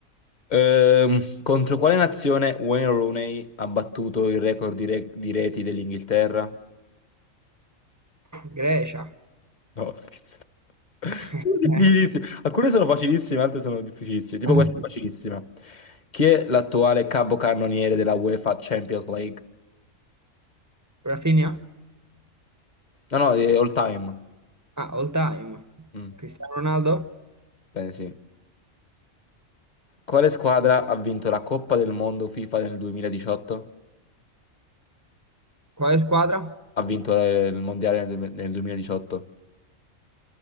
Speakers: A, on the left (about 35°); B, on the right (about 15°).
A: Ehm, contro quale nazione Wayne Rooney ha battuto il record di, re- di reti dell'Inghilterra?
B: Grecia.
A: No, Svizzera. <laughs>
B: <laughs>
A: Uh, Difficilissimo. Alcune sono facilissime, altre sono difficilissime. Tipo
B: Eh.
A: questa è facilissima. Chi è l'attuale capocannoniere della UEFA Champions League?
B: Rafinha?
A: No, no, è all time.
B: Ah, all time.
A: Mm,
B: Cristiano Ronaldo?
A: bene, sì. Quale squadra ha vinto la Coppa del Mondo FIFA nel 2018?
B: Quale squadra?
A: Ha vinto eh, il Mondiale nel duem- nel 2018.